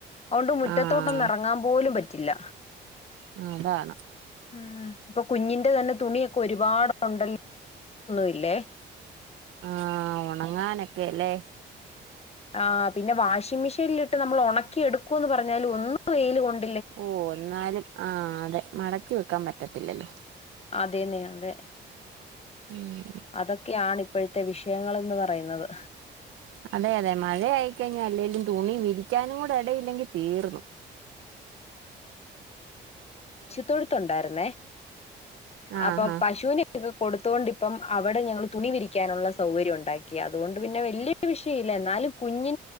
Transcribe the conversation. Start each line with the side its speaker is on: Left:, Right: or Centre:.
Left: അതൊണ്ട് മുറ്റത്തോട്ടൊന്ന്
Right: ആഹ്
Left: ഇറങ്ങാൻ പോലും പറ്റ് പറ്റില്ല
Right: ആഹ് അതാണ്
Left: ആഹ് ഇപ്പൊ കുഞ്ഞിന്റെ തന്നെ തുണിയൊക്കെ ഒരുപാട് ഉണ്ടല്ലോ ഒന്നുമില്ലേ
Right: ആഹ് ഉണങ്ങാന വെലെ
Left: ആ പിന്നെ വാഷിംഗ് മെഷീനിലിട്ട് നമ്മൾ ഉണക്കിയെടുക്കുമെന്ന് പറഞ്ഞാലും ഒന്നു വെയിൽ കൊണ്ടി
Right: ഓ എന്നാലും ആ അതെ മടക്കി വെക്കാൻ പറ്റത്തില്ലല്ലോ
Left: അതെന്നെ അതെ
Right: ഉം
Left: അതൊക്കെയാണ് ഇപ്പോഴത്തെ വിഷയങ്ങൾ എന്ന് പറയുന്നത്
Right: അതെ അതെ മഴ ആയിക്കഴിഞ്ഞാൽ അല്ലേലും തുണി വിരിക്കാനും കൂടെ ഇടയില്ലെങ്കിൽ തീർന്നു
Left: തൊഴുത്തുണ്ടായിരുന്നേ
Right: ആഹാ
Left: അപ്പൊ പശുവിനൊക്കെ കൊടുത്ത് തോണ്ടിപ്പം അവിടെ ഞങ്ങൾ തുണി വിരിക്കാനുള്ള സൗകര്യം ഉണ്ടാക്കി അതുകൊണ്ട് പിന്നെ വലിയ വിഷയമില്ല എന്നാലും കുഞ്ഞി